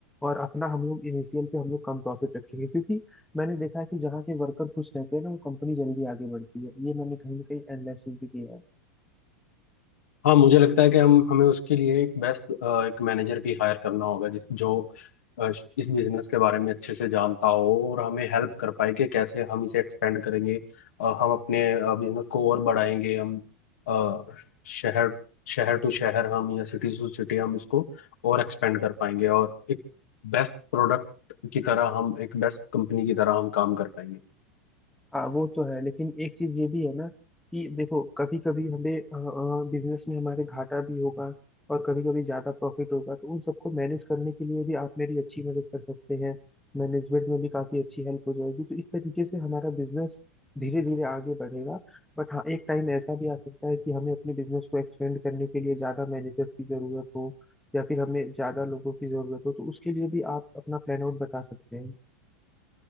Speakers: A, in the centre; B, on the left (about 85°).
A: और अपना हम लोग इनिशियल पे हम लोग कम प्रॉफिट रखेंगे क्योंकि मैंने देखा है कि जहाँ के वर्कर खुश रहते हैं ना वो कंपनी जल्दी आगे बढ़ती है ये मैंने कहीं ना कहीं एनालिसिस भी किया है
B: हाँ मुझे लगता है कि हम हमें उसके लिए एक बेस्ट एक मैनेजर भी हायर करना होगा जिस जो अ, इस बिजनेस के बारे में अच्छे से जानता हो और हमें हेल्प कर पाए कि कैसे हम इसे एक्सपेंड करेंगे अ, हम अपने बिजनेस को और बढ़ाएंगे हम अ, शहर शहर टू शहर हम या सिटी टू सिटी हम इसको और एक्सपेंड कर पाएंगे और एक बेस्ट प्रोडक्ट की तरह हम एक बेस्ट कंपनी की तरह हम काम कर पाएंगे
A: हाँ वो तो है लेकिन एक चीज ये भी है ना कि देखो कभी कभी हमें बिजनेस में हमारे घाटा भी होगा और कभी कभी ज्यादा प्रॉफिट होगा तो उन सबको मैनेज करने के लिए भी आप मेरी अच्छी मदद कर सकते हैं मैनेजमेंट में भी काफी अच्छी हेल्प हो जाएगी तो इस तरीके से हमारा बिजनेस धीरे धीरे आगे बढ़ेगा बट हाँ एक टाइम ऐसा भी आ सकता है कि हमें अपने बिजनेस को एक्सपेंड करने के लिए ज्यादा मैनेजर्स की जरूरत हो या फिर हमें ज्यादा लोगों की जरूरत हो तो उसके लिए भी आप अपना प्लान आउट बता सकते हैं